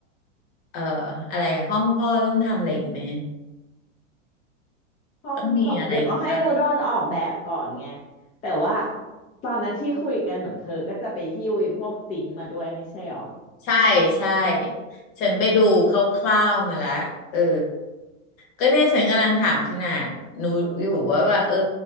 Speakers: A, on the left; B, on the left.
A: เอ่ออะไรอะห้องพ่อต้องทำอะไรอีกไหม
B: ห้องพ่อเดี๋ยวก็ให้นูโดนออกแบบก่อนไง
A: ต้องมีอะไรอีกปะ
B: แต่ว่าตอนนั้นที่คุยกันเหมือนเธอก็จะไปหิ้วไอ้พวกซิงค์มาด้วยไม่ใช่หรอ
A: ใช่ใช่ฉันไปดูคร่าวๆมาแล้วเออก็เนี่ยฉันกำลังถามขนาดหนูอยู่ว่าว่าเออ